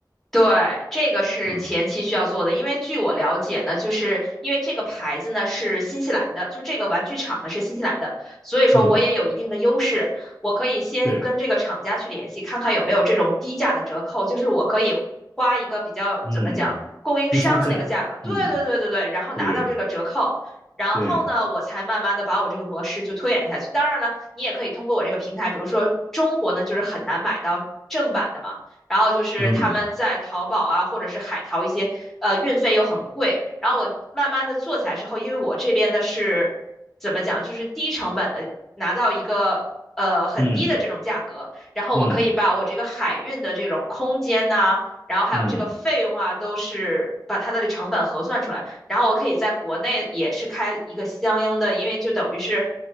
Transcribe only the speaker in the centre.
对，这个是前期需要做的，
因为据我了解呢，就是因为这个牌子呢是新西兰的，就这个玩具厂呢是新西兰的，所以说我也有一定的优势，
我可以先跟这个厂家去联系，
看看有没有这种低价的折扣，就是我可以花一个比较怎么讲供应商的那个价格，
对对对对对，
然后拿到这个折扣，
然后呢，
我才慢慢的把我这个模式就推演下去。当然了，你也可以通过我这个平台，比如说中国呢就是很难买到正版的嘛。然后就是他们在淘宝啊，
或者是海淘一些，呃，运费又很贵。然后我慢慢的做起来之后，因为我这边的是怎么讲，就是低成本的拿到一个呃很低的这种价格，
然后我可以把我这个海运的这种空间呐、
然后还有这个费用啊，
都是把它的成本核算出来，然后我可以在国内也是开一个相应的，因为就等于是